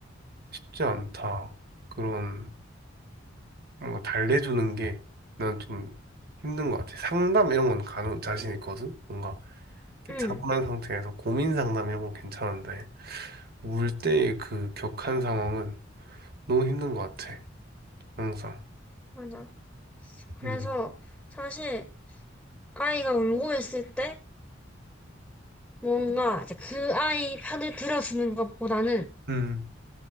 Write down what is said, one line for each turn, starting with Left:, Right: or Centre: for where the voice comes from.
Right: 쉽지 않다. 그런. 뭔가 달래주는 게 난 좀 힘든 것 같아. 상담 이런 건 가능, 자신 있거든? 뭔가 이렇게
Centre: 응,
Right: 차분한 상태에서 고민 상담 이런 건 괜찮은데, 울 때의 그 격한 상황은 너무 힘든 것 같아. 항상.
Centre: 맞아. 그래서
Right: 음,
Centre: 사실 아이가 울고 있을 때 뭔가 이제 그 아이 편을 들어주는 것보다는
Right: 음,